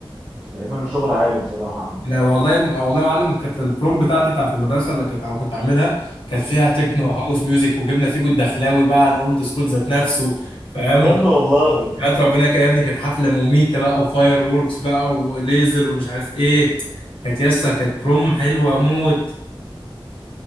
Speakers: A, on the right; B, on the left.
A: يعملوا شغل عالي بصراحة
B: انا والله يا ابني- والله يا معلم كانت البروم بتاعتي بتاعت المدرسه اللي كنت كنت عاملها كانت فيها تكنو
A: مهم.
B: هاوس ميوزك وجبنا فيجو الدخلاوي بقى الاولد سكول ذات نفسه فاهم
A: بجد والله
B: حياة ربنا كده يا ابني كانت حفلة مميتة بقى وفاير ووركس بقى وليزر ومش عارف ايه كانت يسا كانت بروم حلوة موت